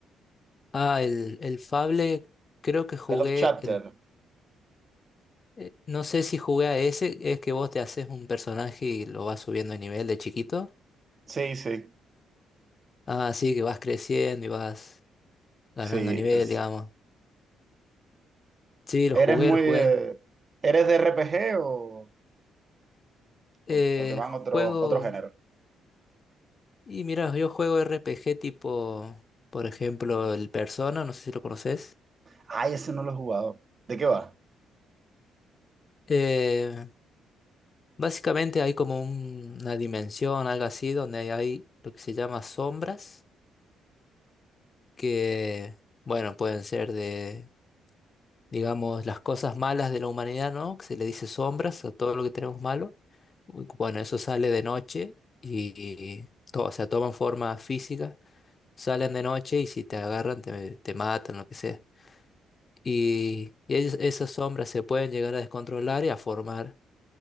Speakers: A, on the left (about 35°); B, on the right (about 35°).
A: Ah, el, el Fable, creo que jugué
B: The Love Chapter.
A: el... eh, no sé si jugué a ese, es que vos te haces un personaje y lo vas subiendo de nivel de chiquito.
B: Sí, sí,
A: Ah, sí, que vas creciendo y vas ganando
B: sí.
A: nivel,
B: es-
A: digamos. Sí, lo
B: ¿Eres
A: jugué,
B: muy...
A: lo jugué.
B: eh, ¿Eres de RPG o,
A: Eh,
B: o- o te van
A: juego...
B: otros otros géneros?
A: Y mira, yo juego RPG tipo, por ejemplo, el Persona, no sé si lo conoces.
B: Ay, ese no lo he jugado. ¿De qué va?
A: Eh, Básicamente hay como un- una dimensión, algo así, donde hay lo que se llama sombras, que, bueno, pueden ser de, digamos, las cosas malas de la humanidad, ¿no? Que se le dice sombras a todo lo que tenemos malo. Bu- Bueno, eso sale de noche y, todo, o sea, toman forma física, salen de noche y si te agarran te, te matan, lo que sea. Y, y es- esas sombras se pueden llegar a descontrolar y a formar